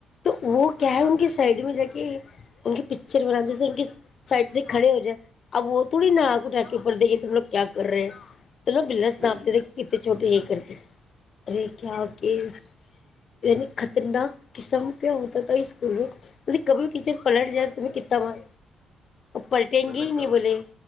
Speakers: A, on the left; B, on the right.
A: وہ کیا ہے ان کے سائڈ میں جا کے ان کی پکچر بناتے تھ ان کے سائڈ سے کھڑے ہو جائے اب وہ تھوڑی ن آک اٹا کے اوپر دیکھے ت ہم لوگ کیا کر رہے ہیں تو بنس
B: صحیح
A: نامپتے چھوٹیے ہی کر کے ارے کیا کیس یعنی خطرناک قسب ہوتا توکول مط کبھی ٹیچر پلٹ ج ت نےتا مار پلٹیں
B: مطلب
A: گے ہی نہیں
B: کب
A: بولے